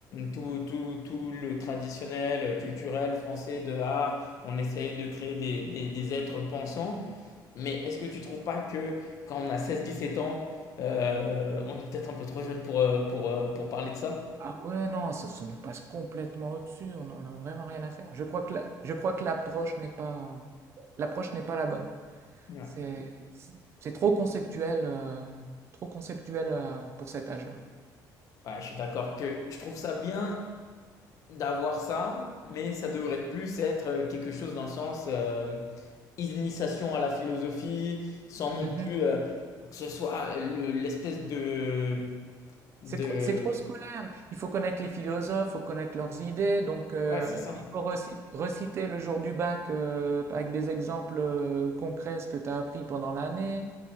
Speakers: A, on the left; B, on the right.
A: tout, tout, tout le traditionnel euh, culturel français de ah, on essaye de créer des, des, des êtres pensants. Mais est-ce que tu ne trouves pas que quand on a 16-17 ans, euh, on est peut-être un peu trop jeune pour, euh, pour, euh, pour parler de ça
B: Ah ouais, non, ça, ça nous passe complètement au-dessus, on n'en a vraiment rien à faire. Je crois que la- je crois que l'approche n'est pas, l'approche n'est pas la bonne.
A: Ouais,
B: C'est, c'est c'est trop conceptuel, euh, trop conceptuel, euh, pour cet âge-là.
A: ouais je suis d'accord que je trouve ça bien d'avoir ça, mais ça devrait plus être euh, quelque chose dans le sens euh, initiation à la philosophie, sans non
B: Mhm.
A: plus euh, que ce soit le- l'espèce de, de...
B: C'est trop, c'est trop scolaire. Il faut connaître les philosophes, il faut connaître leurs idées. Donc, euh,
A: Ouais, c'est ça.
B: il faut reci- reciter le jour du bac euh, avec des exemples euh, concrets ce que tu as appris pendant l'année.